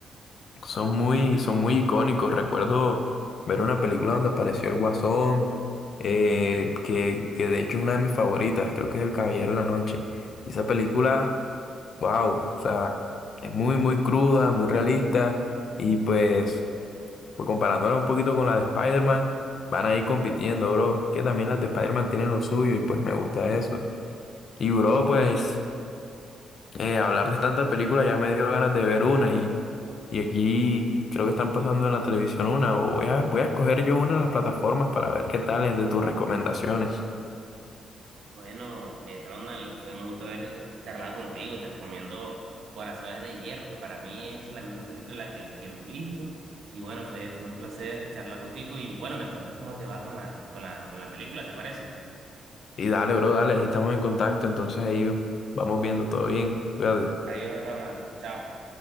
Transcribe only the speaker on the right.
Bueno, eh, Ronald, fue un gusto haber charlado contigo. Te recomiendo Corazones de Hierro, que para mí es la mejor película que, que me he visto. Y bueno, fue, fue un placer charlar contigo. Y bueno, me cuentas cómo te va con la, con la, con la película, ¿te parece?
Adiós, Ronald. Chao.